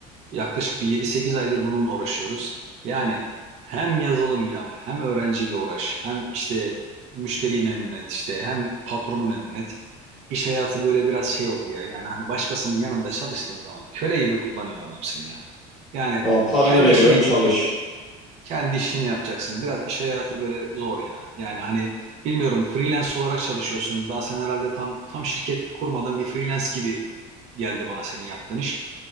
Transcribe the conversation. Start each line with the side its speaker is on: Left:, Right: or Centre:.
Right: Yaklaşık bir 7-8 aydır bununla uğraşıyoruz. Yani hem yazılım yap, hem öğrenciyle uğraş, hem işte müşteriyi memnun et, işte hem patronu memnun et. İş hayatı böyle biraz şey oldu ya. Yani hani başkasının yanında çalıştığın zaman köle gibi kullanıyor adam seni ya. Yani
Centre: Valla paranı
Right: kendi
Centre: veriyorum
Right: işini
Centre: çalış.
Right: kendi işini yapacaksın. Biraz iş hayatı böyle zor ya. Yani hani bilmiyorum freelance olarak çalışıyorsun. Daha sen herhalde tam tam şirket kurmadan bir freelance gibi geldi bana senin yaptığın iş.